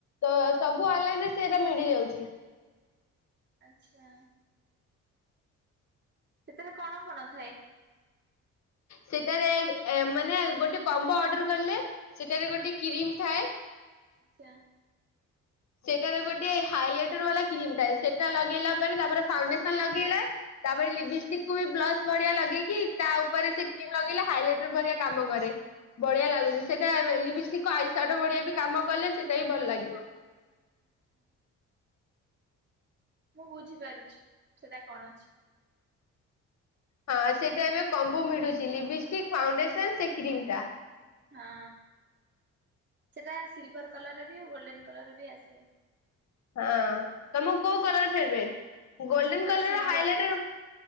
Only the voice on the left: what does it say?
ତ ସବୁ ଅନଲାଇନରେ ସେଟା ମିଳି ଯାଉଛି ।
ସେଟାରେ ଏ ମାନେ ଗୋଟେ କମ୍ବୋ ଅର୍ଡର କଲେ ସେଠାରେ ଗୋଟେ କ୍ରିମ ଥାଏ।
ସେଟାରେ ଗୋଟେ ହାଇଲାଇଟର ବାଲା କ୍ରିମ ଥାଏ ସେଟା ଲଗେଇଲା ପରେ ତାପରେ ଫାଉଣ୍ଡେସନ ଲଗେଇଲା ତାପରେ ଲିପିଷ୍ଟିକକୁ ବି ବ୍ଲସ୍ ଭଳିଆ ଲଗେଇକି ତା ଉପରେ ସେ କ୍ରିମ ଲଗେଇଲେ ହାଇଲାଇଟର ଭଳିଆ କାମ କରେ । ବଢିଆ
ଲାଗୁଛି।
ସେଇଟା ଏବ୍ ଲିପିଷ୍ଟିକକ୍ କୁ ଆଇସାଡୋ ଭଳିଆ ବି କାମ କଲେ ସେଇଟା ହି ଭଲ ଲାଗିବ।
ହଁ ସେଇଟା ଏବେ କମ୍ବୋ ମିଳୁଛି ଲିବିଷ୍ଟିକ ଫାଉଣ୍ଡେସନ ସେ କ୍ରିମ ଟା ।
ହଁ ତମକୁ କୋଉ କଲର ଫେବ୍ରେଟ୍ ଗୋଲଡେନ
colour
highlighter